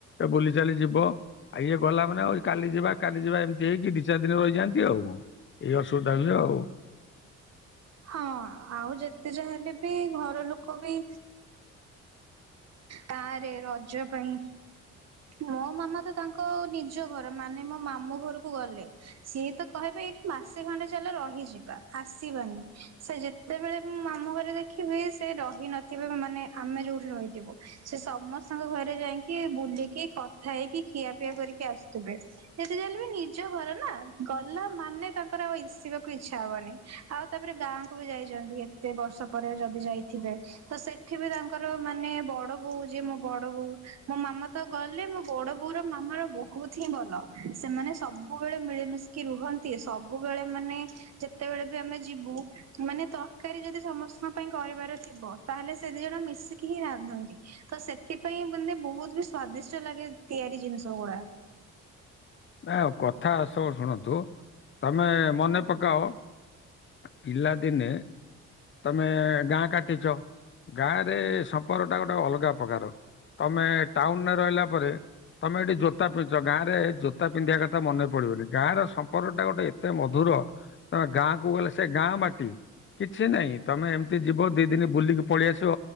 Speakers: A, on the left; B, on the right.
A: ବୁଲି ଚାଲି ଯିବ ଆଉ ଇଏ ଗଲା ମାନେ କାଲି ଯିବା କାଲି ଯିବା ଏମିତି ହେଇକି ଦି ଚାରି ଦିନ ର ଯାଆନ୍ତି ଆଉ କଣ ଏଇ ଅସୁବିଧା ବି ଆଉ।
B: ହଁ ଆଉ ଯେତେ ଯା ହେଲେ ବି ଘର ଲୋକ ବି ତା ରେ ରଜ ପାଇଁ। ମୋ ମାମା ତ ତାଙ୍କ ନିଜ ଘର ମାନେ ମୋ ମାମୁଁ ଘରକୁ ଗଲେ। ସିଏ ତ କହିବ ଏଇଠି ମାସେ ଖଣ୍ଡେ ଚାଲ ରହିଯିବା ଆସିବାନି ସେ ଯେ ସେତବେଳେ ବି ମୁଁ ମମୁ ଘରେ ଦେଖିବି ସେ ରହି ନଥିବେ ମାନେ ଆମେ ଯୋଉଠି ରହିଥିବୁ ସେ ସମସ୍ତଙ୍କ ଘରେ ଯାଇକି ବୁଲିକି କଥା ହେଇକି ଖିଆପିଆ କରିକି ଆସୁଥିବେ। ସେତେ ଜଳେ ବି ନିଜ ଘର ନା ଗଲା ମାନେ ତାଙ୍କର ଆଉ ସିବାକୁ ଇଚ୍ଛା ହବନି। ଆଉ ତାପରେ ଗାଁକୁ ବି ଯାଇଛନ୍ତି ଏତେ ବର୍ଷ ପରେ ଯଦି ଯାଇଥିବେ ତ ସେଠି ବି ତାଙ୍କର ମାନେ ବ ବଡ ବୋଉ ଯେ ମୋ ବଡ ବୋଉ ମୋ ମାମା ତ ଗଲେ ମୋ ବଡ ବୋଉର ମାମା ର ବ ବହୁତ ହିଁ ଭଲ ସେମାନେ ସବୁବେଳେ ମିଳିମିଶିକି ରୁହନ୍ତି ସବୁବେଳେ ମାନେ ଯେତେବେଳେ ବି ଆମେ ଯିବୁ ମାନେ ତରକାରୀ ଯଦି ସମସ୍ତଙ୍କ ପାଇଁ କରିବାର ଥିବ ତାହେଲେ ସେ ଦି ଜଣ ମିଶିକି ହିଁ ରାନ୍ଧନ୍ତି। ତ ସେଥିପାଇଁ ମାନେ ବହୁତ ବି ସ୍ଵାଦିଷ୍ଟ ଲାଗେ ତିଆରି ଜିନିଷ ଗୁଡା
A: ନା ଆଉ କଥା ସବୁ ଶୁଣନ୍ତୁ ତମେ ମନେ ପକାଅ ପିଲା ଦିନେ ତମେ ଗାଁ କାଟିଛ ଗାଁରେ ସମ୍ପର୍କ ଟା ଗୋଟେ ଅଲଗା ପ୍ରକାର ତମେ ଟାଉନରେ ରହିଲା ପରେ ତମେ ଏଇଠି ଜୋତା ପିନ୍ଧ ଗାଁରେୋତା ପିନ୍ଧିବା କଥା ମନେ ପଡିବନି ଗାଁର ସମ୍ପର୍କ ଟା ଗୋଟେ ଏତେ ମଧୁର ତମେ ଗାଁ କ ଗଲେ ସେ ଗାଁ ମାଟି କିଛି ନାଇଁ ତମେ ଏମିତି ଯିବ ଦି ଦିନ ବୁଲିକି ପଳେଇ ଆସିବ।